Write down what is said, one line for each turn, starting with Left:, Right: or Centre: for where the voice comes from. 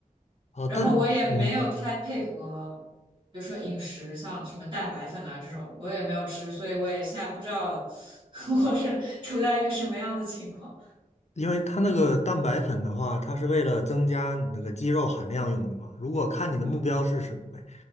Left: 哦，
Right: 然后我也没有太配合，
Left: 但嗯，
Right: 比如说饮食，像什么蛋白粉啊这种，我也没有吃，所以我也现在不知道 <laughs> 我是处在一个什么样的情况。
Left: 因为它那个蛋白粉的话，它是为了增加你那个肌肉含量用的嘛。如果看你的目标是什么呗，